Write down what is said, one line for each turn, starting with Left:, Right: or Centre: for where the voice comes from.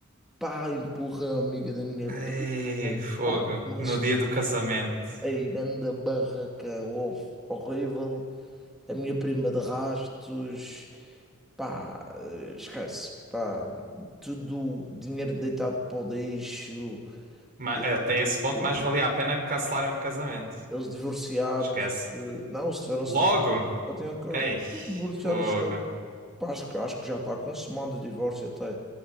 Centre: pá, empurrão a amiga da minha
Right: Ei,
Centre: prima,
Right: fogo.
Centre: pá, mas
Right: No dia do casamento.
Centre: aí, grande barracão, houve, horrível, a minha prima de rastos, pá, eh, esquece, pá, tudo dinheiro deitado para o lixo,
Right: Ma-
Centre: eh,
Right: Até esse ponto
Centre: eh,
Right: mais valia a pena cancelarem o casamento.
Centre: eles divorciaram-se,
Right: Esquece.
Centre: eh, não, eles tiveram-se
Right: Logo?
Centre: eu tenho que
Right: Ei,
Centre: divorciaram-se
Right: fogo.
Centre: Acho, que- acho que já está consumado o divórcio até.